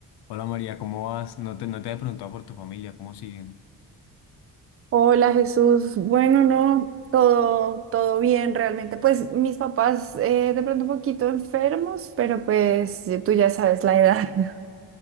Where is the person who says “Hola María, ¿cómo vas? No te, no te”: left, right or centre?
Left